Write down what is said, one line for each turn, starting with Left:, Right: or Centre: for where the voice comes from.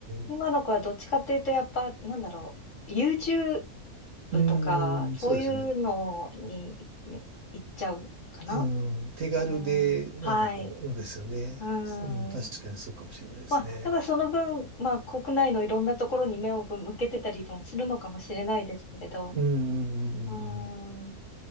Left: 今の子はどっちかっていうと、
Right: ん、
Left: やっぱ、なんだろう、YouTube
Right: うんそうですよね。
Left: とか、そういうのに、に行っちゃうかな
Right: うん、手軽で、
Left: うん、
Right: なんかこう、
Left: はい。
Right: ですよね。
Left: うん。
Right: うん、確かにそうかもしれないですね。
Left: まあ、だからその分、まあ、国内のいろんなところに目を向けてたりもするのかもしれないですけれど、
Right: うん、うん、うん、うん。
Left: うーん、
Right: うん